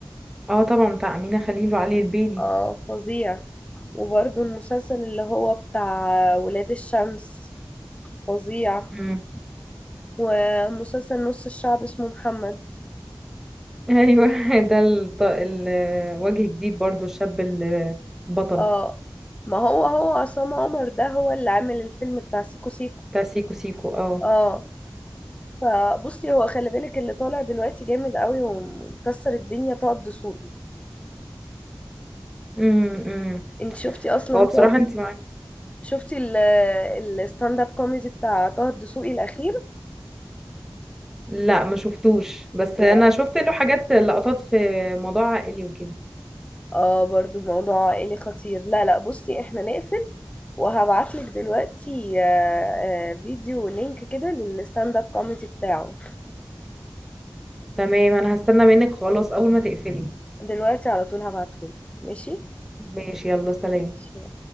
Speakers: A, in the centre; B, on the left.
A: اه طبعا بتاع امينه خليل وعلي البيلي
B: اه فظيع وبرده المسلسل اللي هو بتاع ولاد الشمس فظيع
A: مم.
B: ومسلسل نص الشعب اسمه محمد
A: ايوه <laughs> ده الط- الوجه جديد برضو الشاب البطل
B: اه ما هو هو عصام عمر ده هو اللي عامل الفيلم بتاع سيكو سيكو
A: بتاع سيكو سيكو اه
B: اه فبصي هو خلي بالك اللي طالع دلوقتي جامد قوي ومكسر الدنيا طه الدسوقي
A: امم
B: انت شفتي اصلا
A: هو بصراحة
B: طه
A: انت
B: شفتي ال- الستاند اب كوميدي بتاع طه الدسوقي الاخير
A: لا ما شفتوش بس
B: لا
A: انا شفت له حاجات لقطات في موضوع عائلي وكده
B: اه برضو موضوع عائلي خطير لا لا بصي احنا نقفل وهبعتلك دلوقتي آه، آه، فيديو لينك كده للستاند اب كوميدي بتاعه
A: تمام انا هستنى منك خلاص اول ما تقفلي
B: دلوقتي على طول هبعتهولك ماشي
A: ماشي يلا سلام
B: ماشي